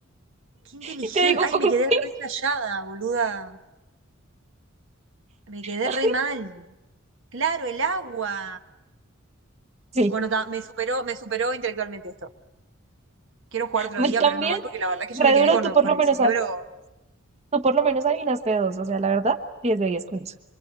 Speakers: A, on the right; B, on the right.
A: Qué inteligente.
B: Y te digo
A: Ay,
B: con
A: me quedé
B: qué.
A: re callada, boluda. Me quedé
B: <laughs>
A: re
B: Ay,
A: mal. Claro, el agua.
B: Sí,
A: Bueno, ta, me superó, me superó intelectualmente esto. Quiero jugar otro
B: a mí
A: día,
B: también.
A: pero no, hoy, porque la verdad que
B: Re
A: yo me quedé
B: duro,
A: con,
B: tú por
A: con
B: lo
A: el
B: menos,
A: cerebro,
B: a- tú por lo menos adivinaste dos. O sea, la verdad, 10 de 10 con eso.